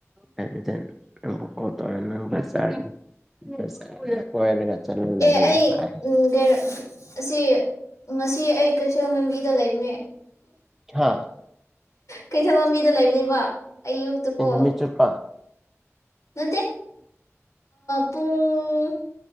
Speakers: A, in the centre; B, on the left.
A: <unintelligible> ꯂꯩꯌꯦ
B: ꯑꯦ ꯑꯩ
A: ꯍꯥꯏꯌꯦ
B: ꯎꯝ ꯀꯩꯅꯣ ꯁꯤ ꯉꯁꯤ ꯑꯩ ꯀꯩꯁꯦ ꯑꯃꯦꯝꯕꯤꯗ ꯂꯩꯕꯅꯦ
A: ꯍꯥ
B: ꯀꯩꯊꯦꯜ ꯃ ꯃꯤꯗ ꯂꯩꯕꯅꯦꯕ ꯑꯌꯨꯛꯇꯀꯣ
A: ꯑꯩ ꯅꯨꯃꯤꯠ ꯆꯨꯞꯄ
B: ꯅꯠꯇꯦ ꯄꯨꯡ